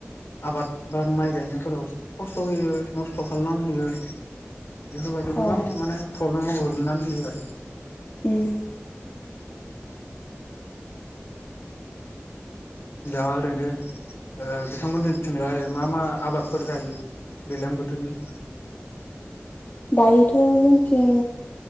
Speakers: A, on the left; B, on the left.
A: आबादफोरा माइ गायनायफोराव खस्थ' होयो नस्थ' खालामनानै होयो बेफोरबायदि गोबां
B: औ
A: माने प्रब्लेमाव गोलैनानै होयो आरो
B: उम
A: दा आरैनो ओ बिथांमोननिथिंलाय मा मा आबादफोर गायो दैलां बोथोरनि
B: <inaudible> दायोथ' जोंथिं